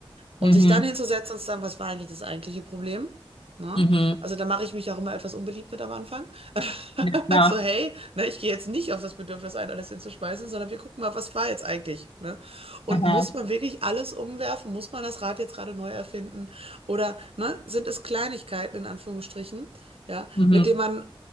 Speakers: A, on the right (about 85°); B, on the left (about 70°).
A: Und
B: Mhm.
A: sich dann hinzusetzen und zu sagen, was war eigentlich das eigentliche Problem? Ne?
B: Mhm.
A: Also da mache ich mich auch immer etwas unbeliebt mit am Anfang. <laughs>
B: Ja, klar.
A: So, hey, ne, ich gehe jetzt nicht auf das Bedürfnis ein, alles hinzuschmeißen, sondern wir gucken mal, was war jetzt eigentlich? Ne? Und
B: Aha.
A: muss man wirklich alles umwerfen? Muss man das Rad jetzt gerade neu erfinden? Oder ne, sind es Kleinigkeiten in Anführungsstrichen, ja,
B: Mhm.
A: mit denen man